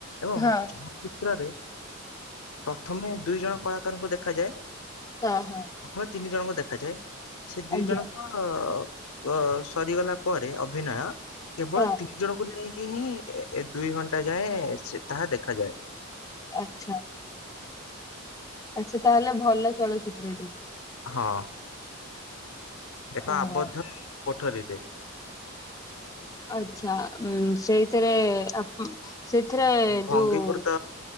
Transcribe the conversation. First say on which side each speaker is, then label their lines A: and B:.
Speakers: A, on the left; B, on the left.
A: ଏବଂ
B: ହଁ
A: ଚଳଚିତ୍ରରେ ପ୍ରଥମେ ଦୁଇ ଜଣ କଳାକାରଙ୍କୁ ଦେଖାଯାଏ।
B: ହଁ ହଁ।
A: <unintelligible> ତିନି ଜଣଙ୍କୁ ଦେଖାଯାଏ ସେ ଦି
B: ଆଜ୍ଞା
A: ଜଣଙ୍କ ଅ ସରିଗଲା ପରେ ଅଭିନୟ କେବଳ
B: ହଁ
A: ତି ଜଣକୁ ନେଇକି ହିଁ ଏ ଏ ଦୁଇ ଘଣ୍ଟା ଯାଏଁ ସେ ତାହା ଦେଖାଯାଏ।
B: ଆଚ୍ଛା। ଆଚ୍ଛା ତାହେଲେ ଭଲ ଚଳଚିତ୍ର ଟି।
A: ହଁ। ଏକ
B: ଓହୋ
A: ଆବଦ୍ଧ କୋଠରୀରେ
B: ଆଚ୍ଛା ଉଁ ସେଇଥିରେ <unintelligible> ସେଥିରେ
A: ଭଙ୍ଗୀକୃତ
B: ଯୋଉ